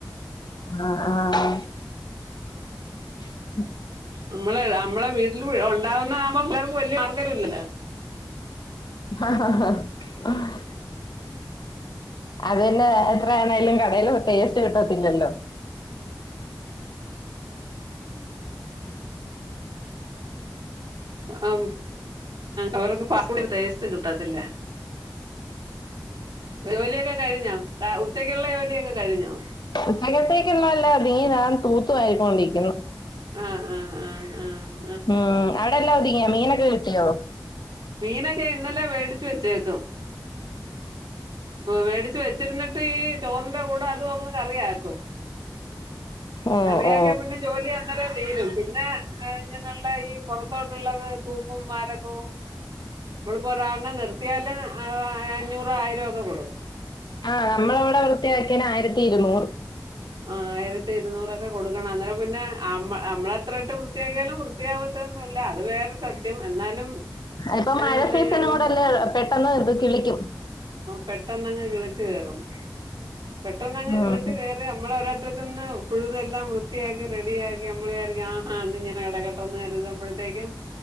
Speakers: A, on the left (about 65°); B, on the right (about 80°).
A: അ ആഹ് <inaudible>
B: നമ്മളെ നമ്മളെ വീട്ടിൽ ഉണ്ടാവുന്ന ആകുമ്പോം പിള്ളേർക്ക് വല്യ മാർഗര്ല്ലല്ലോ <unintelligible>
A: <unintelligible> അത്പിന്നെ എത്ര ആണേലും കടേൽ ടേസ്റ്റ് കിട്ടത്തില്ലല്ലോ
B: ആഹ് അവർക്ക് ഫാസ്റ്റ്ഫൂഡിന്റെ ടേസ്റ്റ് കിട്ടത്തില്ല ജോലിയൊക്കെ കഴിഞ്ഞോ ഉച്ചക്കുള്ള ജോലിയൊക്കെ കഴിഞ്ഞോ
A: ഉച്ചകത്തേക്കൊന്നല്ല <unintelligible> നീ ഞാൻ തൂത്തു വാരിക്കൊണ്ടിരിക്കുന്നു
B: ആഹ് ആഹ് ആഹ ആഹ
A: ഉം അവിടെ എല്ലാം ഒതുങ്ങിയോ മീനൊക്കെ കിട്ടിയോ
B: മീനൊക്കെ ഇന്നലെ വേടിച്ച് വെച്ചേക്ണ് വേടിച്ച് വെച്ചിരുന്നിട്ട് ചോറിന്റെ കൂടെ അതങ്ങ് കറിയാക്കും
A: ഓ
B: കറിയക്കിയ
A: ഓ
B: പിന്നെ ജോലിയാ അങ്ങ <unintelligible> തീരും പിന്നെ ഇങ്ങനെയുള്ള ഈ പുറത്തോട്ടുള്ളത് തൂപ്പും മാരകവും നമ്മളിപ്പോ ഒരാളിനെ നിർത്തിയാല് അഞ്ഞൂറു ആയിരം ഒക്കെ കൊടുക്കുണം
A: ആഹ് നമ്മളവിടെ വൃത്തിയാക്കിയനു ആയിരത്തി ഇരുനൂറ്
B: ആ ആയിരത്തി ഇരുുന്നൂറൊക്കെ കൊടുക്കണം അന്നേരം പിന്നെ നമ്മളെത്ര ഇട്ട് വൃത്തിയാക്കിയാലും വൃത്തിയാവ തോന്നുല്ല അത് വേറെ സത്യം എന്നാലും
A: ഇപ്പൊ മഴ
B: ഏഹ് പിന്നെ
A: സീസണ
B: ഞങ്ങൾ
A: കൂടെയല്ലേ അ പെട്ടെന്നു ഇത് കിളിക്കും
B: പെട്ടന്നങ്ങ് കിളിച്ച് കയറും, പെട്ടന്നങ്ങ് കിളിച്ച്
A: ഉം
B: കയറും നമ്മള ഒരറ്റത്തത്ത് നിന്ന് പുഴുതെല്ലാം വൃത്തിയാക്കി റെഡിയാക്കി നമ്മലുവിയാരിക്കും ആഹാ ഇത് ഇങ്ങനെ കടക്കട്ടെന്ന് ബഴത്തേക്കും